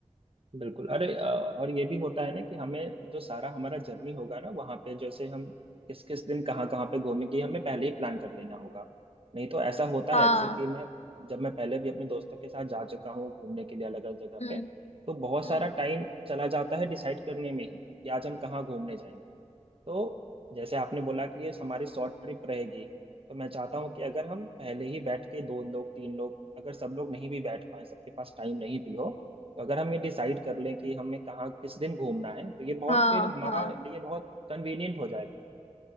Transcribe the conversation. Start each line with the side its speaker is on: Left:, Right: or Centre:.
Right: बिल्कुल अरे अ, और ये भी होता है ना कि हमें जो सारा हमारा जर्नी होगा ना वहाँ पे जैसे हम किस किस दिन कहाँ कहाँ पे घूमेंगे हमें पहले ही प्लान कर लेना होगा नहीं तो ऐसा होता
Left: हाँ
Right: है अक्सर कि मैं जब मैं पहले भी अपने दोस्तों के साथ जा चुका हूँ घूमने के लिए अलग अलग जगह
Left: हम्म
Right: पे तो बहुत
Left: हम्म
Right: सारा टाइम चला जाता है डिसाइड करने में ही कि आज हम कहाँ घूमने जाएंगे तो जैसे आपने बोला कि ये हमारी शॉर्ट ट्रिप रहेगी तो मैं चाहता हूँ कि अगर हम पहले ही बैठ के दो लोग तीन लोग अगर सब लोग नहीं भी बैठ पाए सबके पास टाइम नहीं भी हो तो अगर हम ये डिसाइड कर लें कि हमें कहाँ किस दिन घूमना है तो ये बहुत
Left: हाँ
Right: फिर हमारा
Left: हाँ
Right: लिए बहुत कन्वीनियंट हो जाएगा